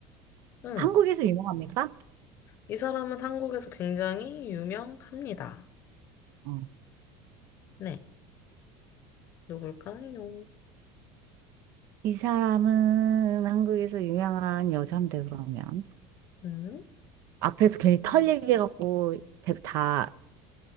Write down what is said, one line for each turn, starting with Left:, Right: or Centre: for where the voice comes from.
Left: 응.
Right: 한국에서 유명합니까?
Left: 이 사람은 한국에서 굉장히 유명합니다.
Right: 어,
Left: 네. 누굴까요?
Right: 이 사람은 한국에서 유명한 여잔데, 그러면.
Left: 응?
Right: 앞에서 괜히 털 얘기해갖고, 다,